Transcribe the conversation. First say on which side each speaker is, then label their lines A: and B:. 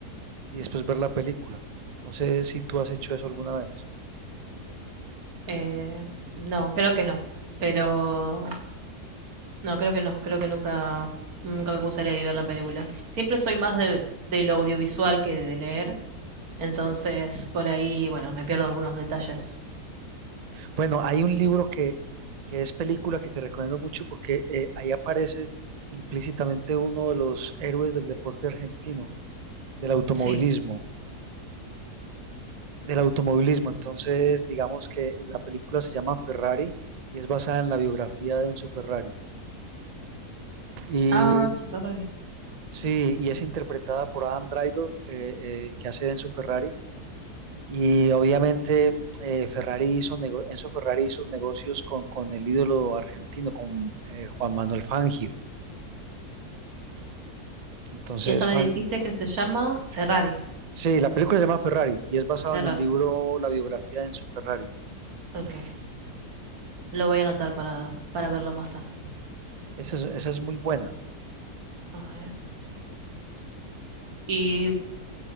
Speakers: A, on the right (about 80°); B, on the right (about 65°).
A: y después ver la película. No sé si tú has hecho eso alguna vez.
B: eh, no, creo que no, pero... No, creo que no, creo que nunca, nunca me puse a leer y ver la película. Siempre soy más de, de lo audiovisual que de leer, entonces por ahí, bueno, me pierdo algunos detalles.
A: Bueno, hay un libro que, que es película que te recomiendo mucho porque eh, ahí aparece implícitamente uno de los héroes del deporte argentino, del automovilismo.
B: Sí.
A: del automovilismo. Entonces, digamos que la película se llama Ferrari y es basada en la biografía de Enzo Ferrari. Y
B: Ah, Chiparrori.
A: sí, y es interpretada por Adam Driver, eh, eh, que hace de Enzo Ferrari. Y obviamente eh, Ferrari hizo nego- Enzo Ferrari hizo negocios con, con el ídolo argentino, con eh, Juan Manuel Fangio. Entonces,
B: Y esa me
A: Fan-
B: dijiste que se llama Ferrari.
A: sí, la película se llama Ferrari y es basada
B: Ferrari.
A: en el libro La biografía de Enzo Ferrari.
B: Ok. Lo voy a anotar para, para verlo más tarde.
A: Esa es, esa es muy buena.
B: A ver. ¿Y